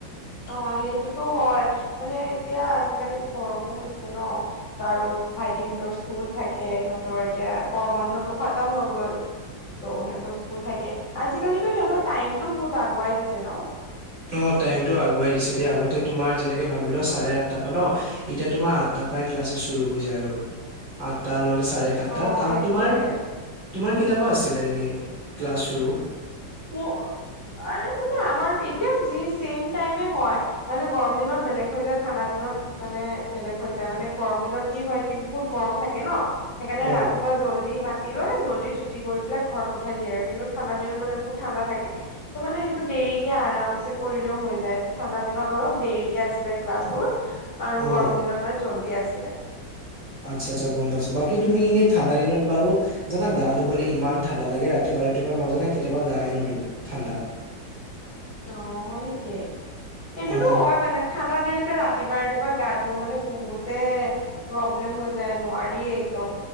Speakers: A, on the left; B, on the right.
A: অ' সেইটোতো হয় মানে এতিয়া আজিকালি গৰমো হৈছে ন। আৰু ভাইটিহঁতৰ স্কুল থাকে সিহঁতৰ এতিয়া গম বন্ধতো খতম হৈ গ'ল। ত' সিহঁতৰ স্কুল থাকে আজিকালিটো সিহঁতৰ টাইমটোও বহুত আগুৱাই দিছে ন।
B: অ, টাইমতটো আগুৱাই দিছে দেই আগতে তোমাৰ যেনেকে ভাবি ল চাৰে আঠটা পা ন, এতিয়া তোমাৰ আ তাৰপাই ক্লাছছেচ চুৰো হয় যায় আৰু আঠটা মানে চাৰে সাতটাত
A: অ
B: তাৰ
A: সেইটোয়ে
B: তোমাৰ তোমাৰ কেতাপা আছিলে এনে ক্লাছ চুৰো।
A: মোৰ আৰে মানে আমাৰ এতিয়া যি চেইম টাইমে হয়। মানে গৰম দিনত বেলেগ হৈ যায়। ঠাণ্ডা দিনত মানে বেলেগ হৈ যায় মানে গৰম দিনত কি হয় কি বহুত গৰম থাকে ন। সেইকাৰণে
B: অ
A: ৰাতিপুৱা জল্দি মাতি লৈ জল্দি চুটি কৰি পেলাই ঘৰত পঠাই দিয়ে আৰু কিন্তু ঠাণ্ডা দিনত মানে বহুত। ঠাণ্ডা থাকে ত মানে সেইটো দেৰিকে আৰামছে কৰিলেও হৈ যায় ত ঠাণ্ডা দিনত অলপ দেৰিকে আছিলে ক্লাছ বোৰ আৰু
B: অ
A: গৰম দিনত মানে জল্দি আছিলে।
B: আচ্ছা আচ্ছা গম পাইছো, বাকী তুমি এনেই ঠাণ্ডা দিনত বাৰু জানা গা ধুবলৈ ইমান ঠাণ্ডা লাগে ৰাতিপুৱাই ৰাতিপুৱাই মই জানা কেতিয়াবা গায়ে নুধো ঠাণ্ডাত।
A: অ হয় নিকি? এইটোতো
B: অ
A: হয় মানে ঠাণ্ডা দিনতে ৰাতিপুৱা - ৰাতিপুৱা গা ধো মানে বহুতে প্ৰব্লেম হৈ যায় নোৱাৰি একদম